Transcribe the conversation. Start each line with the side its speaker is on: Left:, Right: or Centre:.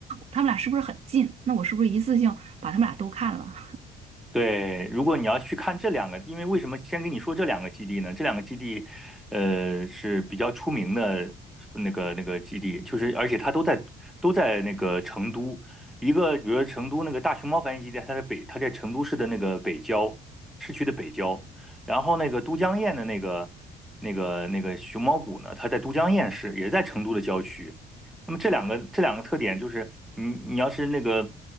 Right: 他们俩是不是很近？那我是不是一次性把他们俩都看了？
Centre: 对，如果你要去看这两个，因为为什么先跟你说这两个基地呢？这两个基地，呃，是比较出名的那个那个基地，就是而且它都在都在那个成都，一个比如说成都那个大熊猫繁育基地，它在北，它在成都市的那个北郊市区的北郊，然后那个都江堰的那个那个那个熊猫谷呢，它在都江堰市，也在成都的郊区。那么这两个这两个特点就是，你你要是那个